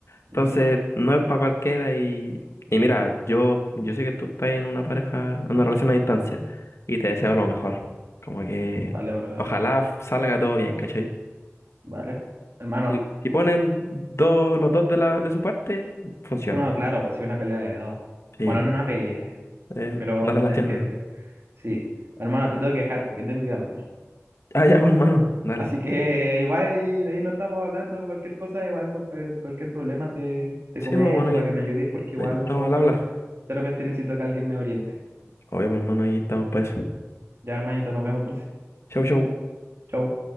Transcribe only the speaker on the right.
Ujú.
Vale, brother.
Vale. Hermano.
no claro, pues sí, una pelea de dos.
Bueno,
no una pelea,
pero
se entiende.
Sí. Hermano, te tengo que dejar, que tengo que ir al baño.
Así que ahí va, y ahí no estamos hablando cualquier cosa, igual cualquier, cualquier problema te, te
comento
para que me ayudes, porque igual
como
que de repente necesito que alguien me oriente.
Ya, hermanito, nos vemos entonces.
Chau.